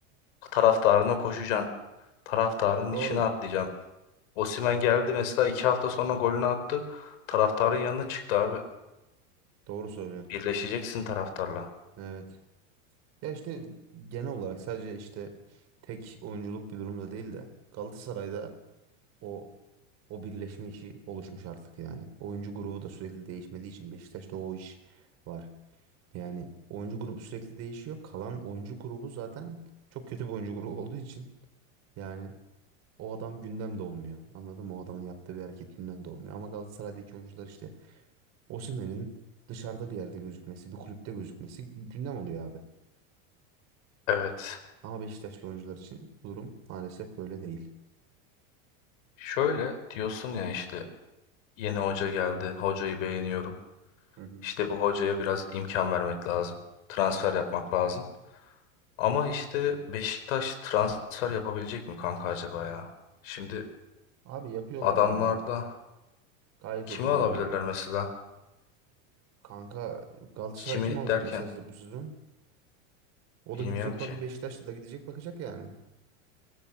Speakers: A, on the left; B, on the right.
A: Taraftarına koşacaksın. Taraftarının
B: Doğru.
A: içine atlayacaksın. Osimhen geldi mesela iki hafta sonra golünü attı. Taraftarın yanına çıktı abi.
B: Doğru söylüyorsun.
A: Birleşeceksin taraftarla.
B: Evet. Ya işte genel olarak sadece işte tek oyunculuk bir durumda değil de Galatasaray'da o o birleşme işi oluşmuş artık yani. Oyuncu grubu da sürekli değişmediği için Beşiktaş'ta o iş var. Yani oyuncu grubu sürekli değişiyor. Kalan oyuncu grubu zaten çok kötü bir oyuncu grubu olduğu için yani o adam gündemde olmuyor. Anladın mı? O adamın yaptığı bir hareket gündemde olmuyor. Ama Galatasaray'daki oyuncular işte Osimhen'in dışarıda bir yerde gözükmesi, bir kulüpte gözükmesi gündem oluyor abi.
A: Evet.
B: Ama Beşiktaşlı oyuncular için bu durum maalesef böyle değil.
A: Şöyle diyorsun ya işte yeni hoca geldi. Hocayı beğeniyorum.
B: Hı hı,
A: İşte bu hocaya biraz imkan vermek lazım. Transfer
B: hı hı.
A: yapmak lazım. Ama işte Beşiktaş transfer yapabilecek mi kanka acaba ya? Şimdi
B: Abi yapıyorlar
A: adamlarda
B: valla. Gayet
A: kimi
B: yapıyorlar
A: alabilirler
B: abi.
A: mesela?
B: Kanka Galatasaray
A: Kimi
B: kim alacak
A: derken
B: mesela siz- bu sezon? O da
A: bilmiyorum
B: gidecek
A: ki.
B: bak Beşiktaşlı da gidecek bakacak yani.